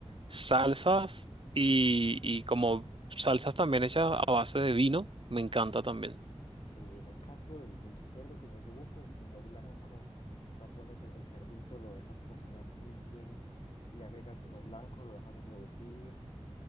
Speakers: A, on the right; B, on the left.
A: salsas y, y como salsas también hechas a base de vino, me encanta también.
B: sí, en el caso del, del cerdo con el osobuco vino blanco. O sea, pones el, el cerdito, lo dejas cocinar muy bien, le agregas vino blanco, lo dejas reducir,